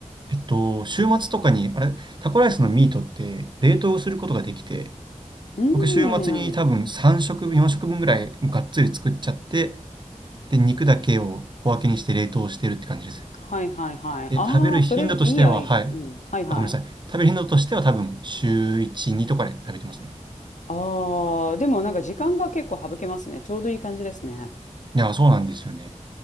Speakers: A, on the right; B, on the left.
A: えっと、週末とかに、あれ、タコライスのミートって冷凍することができて、
B: うーん。
A: 僕、週末に多分3食分、4食分ぐらいガッがっつり作っちゃって、で、肉だけを小分けにして冷凍してるって感じです。
B: はいはいはい。
A: で、
B: ああ、
A: 食べる頻度としては、
B: それ、いいアイデア。
A: はい。
B: うん。はいはい。
A: あ、ごめんなさい。食べる頻度としては多分週1、2とかで食べてますね。
B: ああ、でもなんか時間が結構省けますね。ちょうどいい感じですね。
A: いや、そうなんですよね。